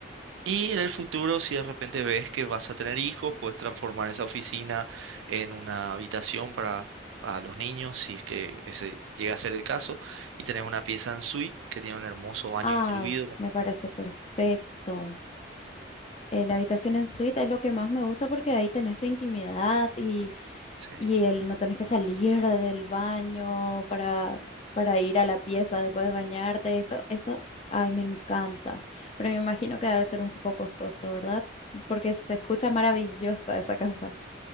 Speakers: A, on the right; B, on the left.
A: Y en el futuro, si de repente ves que vas a tener hijos, puedes transformar esa oficina en una habitación para a los niños, si es que ese llega a ser el caso, y tenés una pieza en suite que tiene un hermoso baño
B: Ah,
A: incluido.
B: me parece perfecto. Eh, la habitación en suite es lo que más me gusta porque ahí tenés tu intimidad y,
A: Sí.
B: y el, no tenés que salir <laughs> del baño para, para ir a la pieza después de bañarte. Eso, eso, ay, me encanta. Pero me imagino que ha de ser un poco costoso, ¿verdad? Porque se escucha maravillosa esa casa.